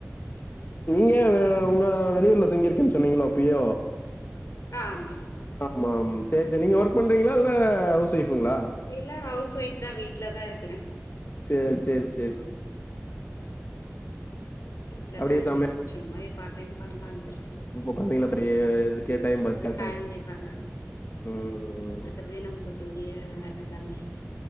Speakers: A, on the left; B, on the left.
A: நீங்க உங்க வெளியூர்ல தங்கியிருக்கேன் சொன்னீங்களோ அப்பியோ
B: ஆமாமா
A: ஆமாம் சேரி சேரி நீங்க ஒர்க் பண்றீங்களா இல்ல ஹவுஸ் வொய்ப்களா
B: இல்ல ஹவ்ஸ் ஒய்ஃப் தா வீட்ல தா இருக்கிறே
A: சேர் சேர் சேர் சேர்
B: வீட்ல
A: அப்டியே
B: தா இருக்கே
A: சமையல்
B: சும்மா எப் பார்ட் டைம் பண்லான்ட்டு
A: பாத்தீங்களா அப்டியே இது கே டைம் பத் கர்ட்டார்
B: கண்டிப்பா
A: ம்
B: அதே நமக்கு பெரிய வேல தானே